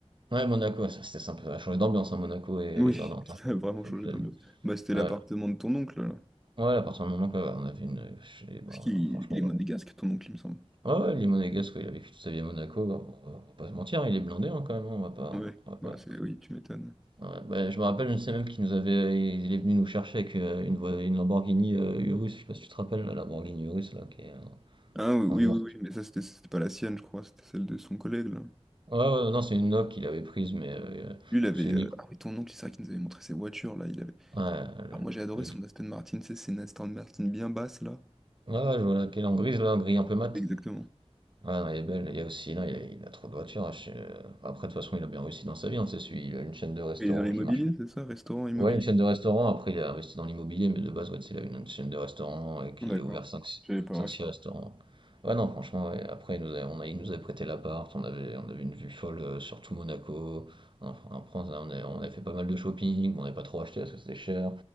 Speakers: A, on the right (about 45°); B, in the centre.
A: Ouais, Monaco, ça, c'était sympa, ça a changé d'ambiance, hein, Monaco et
B: Oui,
A: les Ardentes.
B: <laughs> ça
A: hein.
B: a vraiment
A: Faut
B: changé
A: que je te
B: d'ambiance.
A: le dise.
B: Bah, c'était l'appartement
A: Ouais.
B: de ton oncle, là.
A: Ouais, à partir du moment que, voilà, on avait une, heu, chez bah,
B: Parce qu'il
A: franchement,
B: il est
A: là.
B: monégasque, ton oncle, il me semble.
A: ouais, ouais, il est monégasque, ouais, il a vécu toute sa vie à Monaco, bah, on va on va pas se mentir, il est blindé, hein, quand même, hein, on va pas
B: Ouais,
A: on va pas
B: bah c'est oui, tu m'étonnes.
A: ouais, bah, je me rappelle, je sais même qu'il nous avait il est venu nous chercher avec, heu, une voi une Lamborghini, heu, Urus, je sais pas si tu te rappelles, la Lamborghini Urus, là, qui est
B: Ah oui, oui,
A: en en noir.
B: oui, oui, mais ça, c'était c'était pas la sienne, je crois, c'était celle de son collègue, là.
A: Ouais, ouais, non, c'est une Nok qu'il avait prise, mais, heu,
B: Lui, il avait...
A: parce que lui
B: euh, Ah oui, ton oncle, c'est vrai qu'il nous avait montré ses voitures, là, il avait...
A: ouais,
B: Ah, moi, j'ai adoré
A: le
B: son
A: g
B: Aston Martin, tu sais, c'est une Aston Martin bien basse, là.
A: ouais, ouais, je vois laquelle, en grise, là, en gris un peu mat.
B: Exactement.
A: ah non, elle est belle, il y a aussi, non, il a il a trop de voitures, hein, chez après de toute façon, il a bien réussi dans sa vie, hein, tu sais, celui il a une chaîne de restaurants
B: Et il est dans l'immobilier,
A: qui
B: c'est ça? Restaurant, immobilier?
A: Ouais, une chaîne de restaurants. Après, il a investi dans l'immobilier, mais de base, ouais, c'est une chaîne de restaurants et qu'il
B: Ah, D'accord.
A: a ouvert cinq
B: J'avais pas le restaurant.
A: six restaurants. Ouais, non, franchement, ouais. Après, il nous a, on a, il nous avait prêté l'appart, on avait, on avait une vue folle euh, sur tout Monaco. Enfin, en France, on a, on a fait pas mal de shopping, mais on n'a pas trop acheté parce que c'était cher.